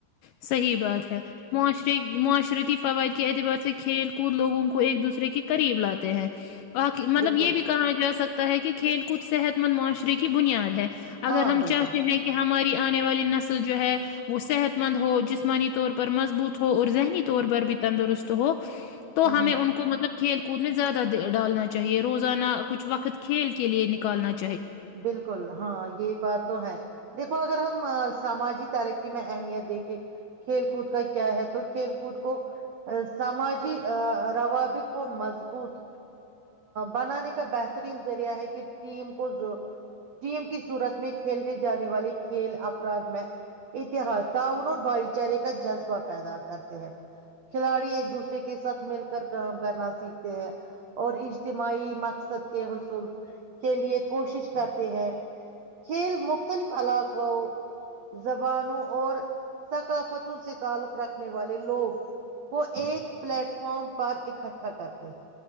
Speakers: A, on the left; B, on the right.
A: صحیح بات ہے معشر معاشرتی فوائد کے اعتبار سے کھیل کود لوگوں کو ایک دوسرے کے قریب لاتے ہیں مطلب
B: بالکل
A: یہ بھی کہا جا سک طح کہ کھیل کود صحت مند معاشرے کی بنیاد ہے
B: ہاں
A: اگر ہم
B: بالکل
A: چاہتے ہیں کہ ہمارے آنے والی نسل جو ہے وہ صحت مند ہو جسمانی طور پر مضبوط ہو اور ذہنی طور پر بھی تندرست ہو تو
B: ہ
A: ہمیں
B: ہ
A: ان کو مطلب کھیل کود میں زیادہ ڈالنا چاہیے روزانہ کچھ وقت کھیل کے لیے نکالنا چاہے
B: بالکل ہاں یہ بات تو ہے دیکھو اگر ہم سماجی ترقی میں اہمیت دیکھیں کھیل کود کا کیا ہے تو کھیل کود کو سماجی روابط کو مضبوط بنانے کا بہترین ذریعہ ہے کہ ٹیم کو ٹیم کی صورت میں کھیلنے جانے والے کھیل افراد میں اتحاد تعاون اور بھائی چارے کا جذبہ پیدا کرتے ہیں کھلاڑی ایک دوسرے کے ساتھ مل کر کام کرنا سیکھتے ہیں اور اجتماعی مقصد کے حصول کے لیے کوشش کرتے ہیں کھیل مختلف علاقوں زبانوں اور ثقافتوں سے تعلق رکھنے والے لوگ کو ایک پلیٹ فارم پر اکٹھا کرتے ہیں